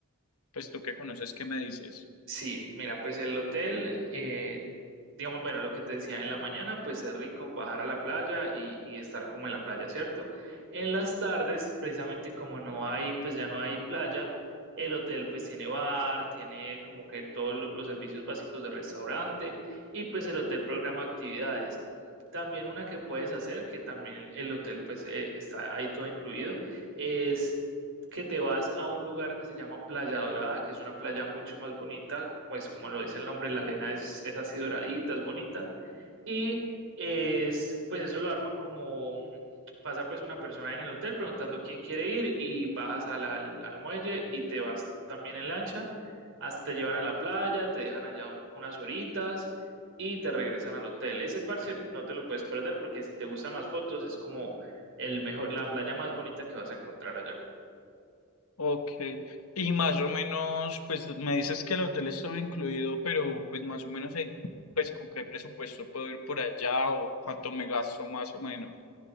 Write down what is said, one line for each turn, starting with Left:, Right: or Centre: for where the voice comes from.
Left: pues tú que conoces, ¿qué me dices?
Right: Sí, mira, pues el hotel, eh, digamos, bueno, lo que te decía, en la mañana pues es rico bajar a la playa y, y estar como en la playa, ¿cierto? En las tardes, precisamente como no hay, pues ya no hay playa, el hotel pues tiene bar, tiene como que todos lo- los servicios básicos de restaurante y pues el hotel programa actividades. También una que puedes hacer, que también el hotel pues eh, está ahí todo incluido, es que te vas a un lugar que se llama Playa Dorada, que es una playa mucho más bonita, pues como lo dice el nombre, la arena es, es así doradita, es bonita, y es, pues eso lo arman como, pasa pues una persona en el hotel preguntando quién quiere ir y bajas al, al, al muelle y te vas también en lancha, hasta te llevan a la playa, te dejan allá un- unas horitas y te regresan al hotel. Ese parche no te lo puedes perder porque si te gustan las fotos es como el mejor, la playa más bonita que vas a encontrar allá.
Left: Ok, y más o menos, pues me dices que el hotel es todo incluido, pero pues más o menos, en- pues con qué presupuesto puedo ir por allá o cuánto me gasto más o menos.